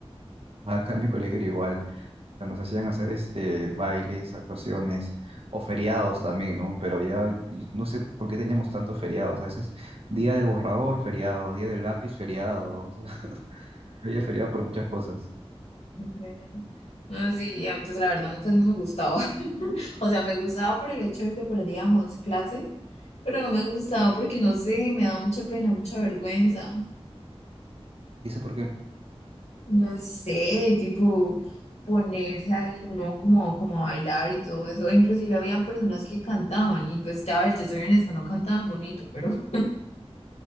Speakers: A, on the right; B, on the left.
A: Acá en mi colegio era igual. sea, nos hacían hacer este bailes, actuaciones o feriados también, ¿no? Pero ya y- no sé por qué teníamos tantos feriados. A veces día del borrador, feriado, día del lápiz, feriado. O sea, <laughs> había feriado por muchas cosas.
B: Siempre. No, sí, ya, pues la verdad a mí casi no me gustaba. <laughs> O sea, me gustaba por el hecho de que perdíamos clase, pero no me gustaba porque, no sé, me daba mucha pena, mucha vergüenza.
A: ¿Y eso por qué?
B: No sé, tipo ponerse ahí uno como, como a bailar y todo eso. Inclusive habían personas que cantaban y pues, a ver, te soy honesta, no cantaban bonito, pero